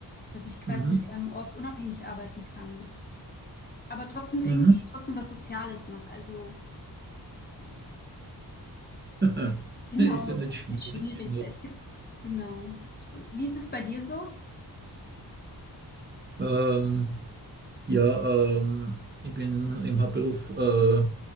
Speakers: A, on the left; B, on the right.
A: dass ich quasi
B: Mhm.
A: ähm, ortsunabhängig arbeiten kann. Aber trotzdem irgendwie
B: Mhm.
A: trotzdem was Soziales mache. Also
B: <laughs>
A: genau,
B: Ist
A: das
B: das nicht
A: ist ein bisschen
B: schwierig?
A: schwierig,
B: im Netz?
A: weil es gibt, genau. Und wie ist es bei dir so?
B: Ähm, ja, ähm, ich bin im Hauptberuf äh,